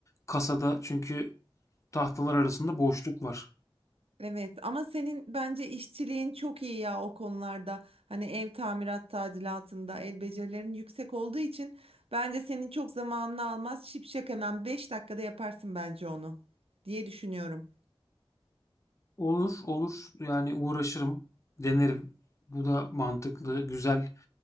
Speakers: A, on the left; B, on the right.
A: kasada çünkü tahtalar arasında boşluk var.
B: Evet ama senin bence işçiliğin çok iyi ya o konularda. Hani ev tamirat tadilatında el becerilerin yüksek olduğu için bence senin çok zamanını almaz. Şipşak hemen 5 dakikada yaparsın bence onu diye düşünüyorum.
A: Olur, olur. Yani uğraşırım, denerim. Bu da mantıklı, güzel,